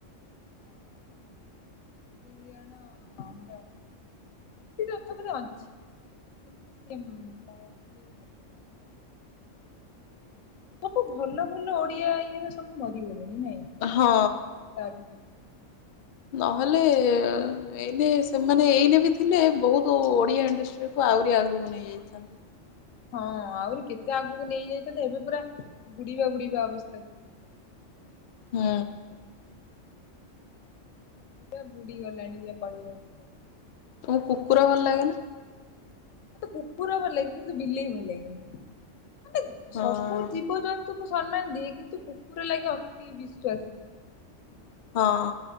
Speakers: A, on the left (about 80°); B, on the left (about 55°).
A: ହଁ। ଇଏ ନ ଯାଉ ନହେଲେ ଗୁଡ଼ିଲି ରଥକୁ ଯାଣିଛି। କିନ୍ତୁ କାଳେ ସିଏ ମରିଗଲେଣି ନା କି? ସବୁ ଭଲ ଭଲ ଓଡିଆ ଇଏର ସ ସବୁ ମରିଗଲେଣି ନାଇଁ ଅଭିନେତା
B: ହଁ।
A: ଅଭିନେର୍ତ୍ର।
B: ନହେଲେ ଏ ଏଇନେ ସେମାନେ ଏଇନେ ବି ଥିଲେ ବୋହୁତ ଓଡିଆ ଇଣ୍ଡଷ୍ଟ୍ରି କୁ ଆହୁରି ଆଗକୁ ନେଇଯାଇଥାନ୍ତେ।
A: ହଁ ଆହୁରି କେତେ ଆଗକୁ ନେଇଯାଇଥାନ୍ତେ ଏବେ ପୁରା ବୁଡିବା ବୁଡିବା ଅବସ୍ଥାରେ ଯାକି।
B: ହୁଁ।
A: ପୁରା ବୁଢ଼ି ଗଲାଣି ଯା କହିବାକୁ ଗଲେ।
B: ତମକୁ କୁକୁର ଭଲ ଲାଗେ ନା?
A: ମତେ କୁକୁର ଭଲ ଲାଗେ କିନ୍ତୁ ବିଲେଇ ଭଲ ଲାଗେନି ମାନେ
B: ହଁ।
A: ସବୁ ଜୀବଜନ୍ତୁ କୁକୁ ସମ୍ମାନ ଦିଏ କିନ୍ତୁ କୁକୁର ଲାଗେ ଅତି ବିଶ୍ଵାସୀ।
B: ହଁ।